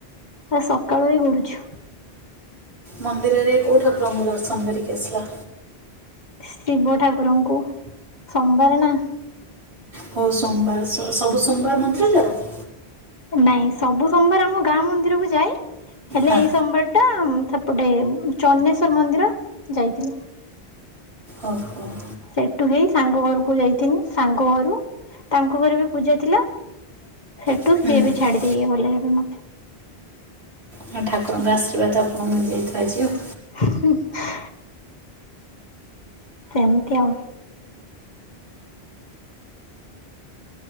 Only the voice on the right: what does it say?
ମନ୍ଦିରରେ କୋଉଁ ଠାକୁରଙ୍କୁ ଦର୍ଶନ କରିକି ଆସିଲା?
ହଉ ସୋମବାର ସବୁ ସୋମବାର ମନ୍ଦିର ଯାଅ।
ହଁ
ଓ ହଁ।
ହୁଁ,
ହୁଁ
ହଁ, ଠାକୁରଙ୍କ ଆଶୀର୍ବାଦ ଆପଣଙ୍କୁ ମିଳିଯାଇଥିବ ଆଜି ଆଉ।